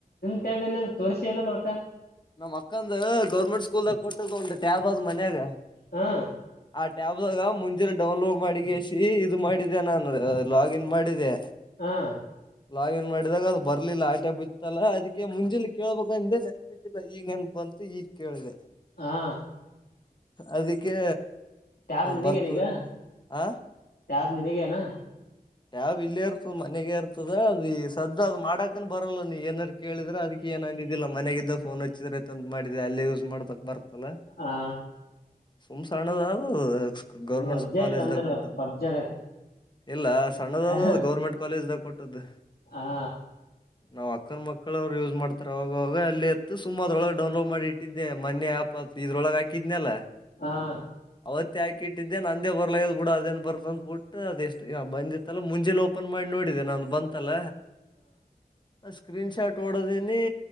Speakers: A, on the left; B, on the left.
A: ಟ ತೋರಿಸಿಲ್ಲ ಒಟ್ಟ
B: ನಮ್ಮ್ ಅಕ್ಕಂದ ಗೌರ್ಮೆಂಟ್ ಸ್ಕೂಲ್ ದಾಗ ಕೊಟ್ಟದ ಒಂದು ಟ್ಯಾಬ್ ಮನೆಯಾಗ
A: ಹಾ
B: ಆ ಟ್ಯಾಬ್ ಗ ಮುಂಜೆಲ್ ಡೌನ್ಲೋಡ್ ಮಾಡಿಗೆಸಿ ಇದು ಮಾಡಿದೆ ನಾನು ಲಾಗಿನ್ ಮಾಡಿದೆ
A: ಹಾ
B: ಲಾಗಿನ್ ಮಾಡಿದಾಗ ಅದು ಬರ್ಲಿಲ್ಲ ಆಟೆ ಬಿತ್ತಲ್ಲ ಅದಕ್ಕೆ ಮುಂಜೆಲಿ ಕೇಳ್ಬೇಕ ಅಂದೇ ಲ್ಲ ಈಗ ನೆನಪು ಬಂತು ಈಗ ಕೇಳಿದೆ.
A: ಹಾ
B: ಅದಕ್ಕೆ
A: ಟ್ಯಾಬ್ ನಿನಗೇನೀಗ
B: ಬರ್ತದೆ ಆ
A: ಟ್ಯಾಬ್ ನಿನಗನ
B: ಯ ಟ್ಯಾಬ್ ಇಲ್ಲೇ ಇರ್ತದ ಮನೆಗೆ ಇರ್ತದ ಅದು ಈ ಸದ್ದ ಅದ ಮಾಡಾಕನ್ ಬರಲ್ಲ ನೀ ಏನಾರ ಕೇಳಿದ್ರೆ ಅದಕ್ಕೆ ಏನ್ ಅಂದಿದ್ದಿಲ್ಲ ಮನೆಗಿದ್ದ ಫೋನ್ ಹಚ್ಚಿದ್ರೆ ತಂದ ಮಾಡಿದೆ ಅಲ್ಲೇ ಯೂಸ್ ಮಾಡದಕ್ ಬರ್ತಲ್ಲ
A: ಹಾ
B: ಸುಮ್ ಸಣ್ಣದ ಅದು ಗೌರ್ಮೆಂಟ್
A: ಅಜ್ಜೆ
B: ಕಾಲೇಜ್ದಾಗ
A: ತಂದ್ರ
B: ಕೊಟ್ಟುದು.
A: ಪಬ್ಜಡಕ್
B: ಇಲ್ಲ ಸಣ್ಣದಾದ
A: ಹಾ
B: ಗೌರ್ಮೆಂಟ್ ಕಾಲೇಜ್ದಾಗ ಕೊಟ್ಟದ್ದು
A: ಹಾ
B: ನಾವ ಅಕ್ಕ ಮಕ್ಕಳ ಅವ್ರು ಯೂಸ್ ಮಾಡ್ತಾರ ಅವಾಗವಾಗ ಅಲ್ಲಿ ಇತ್ತು ಸುಮ ಅದೊಳಗೆ ಡೌನ್ಲೋಡ್ ಮಾಡಿ ಇಟ್ಟಿದ್ದೆ ಮೋನೆ ಆಪ್ ಇದ್ರೊಳಗೆ ಲಗಾ ಕಿದ್ದನ್ನೆಲ್ಲ
A: ಹಾ
B: ಅವತ್ತ ಹಾಕಿಟ್ಟಿದ್ದೆ ನಂದೇ ಬರ್ಲ್ ಬಿಡ ಅದೇನ್ ಬರ್ತ ಅ ಬಿಟ್ಟು ಅದೆ ಎಷ್ಟ ಬಂದಿತ್ತಲ್ಲ ಮುಂಜೆಲಿ ಓಪನ್ ಮಾಡ್ ನೋಡಿದೆ ನ ಬಂತಲ್ಲ ಸ್ಕ್ರೀನ್ ಶಾಟ್ ಹೋಡದನಿ